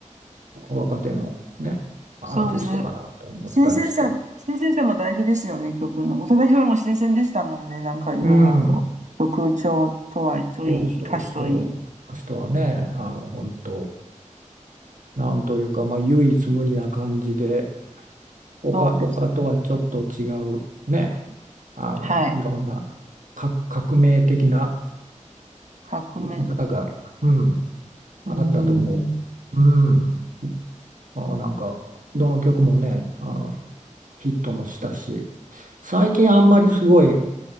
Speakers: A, on the right (about 80°); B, on the right (about 65°).
A: 若手のね、アーティストかなと思ったりして。
B: そうですね。新鮮さ、新鮮さも大事ですよね、曲の。宇多田ヒカルも新鮮でしたもんね。なんかいろいろと。
A: うん、
B: 曲調とは、といい、
A: そうそうそう。
B: 歌詞といい。
A: あの人はね、あの本当、なんというか、まあ唯一無二な感じで、他、
B: そうですね。
A: 他とはちょっと違うね、あのいろんなか革命的な
B: はい。革命。
A: 歌が、うん、
B: うーん。
A: あったと思う。うん。あ、なんか、どの曲もね、あの、ヒットもしたし、最近あんまりすごい